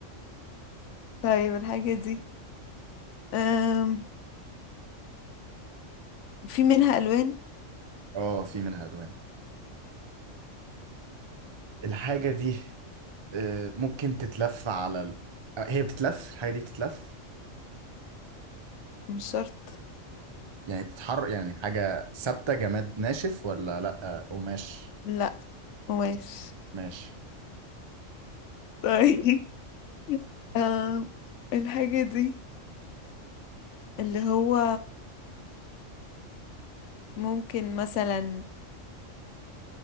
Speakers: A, on the left; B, on the right.
A: <laughs> طيب الحاجة دي أم... في منها ألوان
B: اه في منها ألوان الحاجة دي آه ممكن تتلف على ال... آه، هي بتتلف الحاجة دي بتتلف
A: مش شرط
B: يعني بتتحرك يعني حاجة ثابتة جماد ناشف ولا لأ آه، قماش
A: لا قماش
B: ماشي
A: طيب <laughs> أم... الحاجة دي اللي هو ممكن مثلا